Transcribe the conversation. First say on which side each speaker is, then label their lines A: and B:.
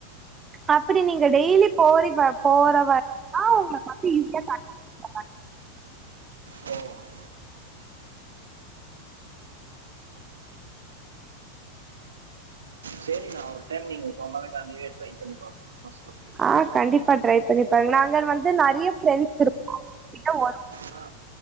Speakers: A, on the right; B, on the right.
A: அப்படி நீங்க டெய்லி போறி ப போற வரைக் தா <unintelligible>
B: ஓ செரி நா ஒரு டைம் நீங்க சொன்னது காண்டி ட்ரை பண்ணி பார்க்குறேன் பஸ்ஸில் போய்
A: ஆ கண்டிப்பா ட்ரை பண்ணிப்பாருங்க நாங்க வந்து நறிய பிரண்ட்ஸ் இருக்கோ இத ஒரு
B: ஆ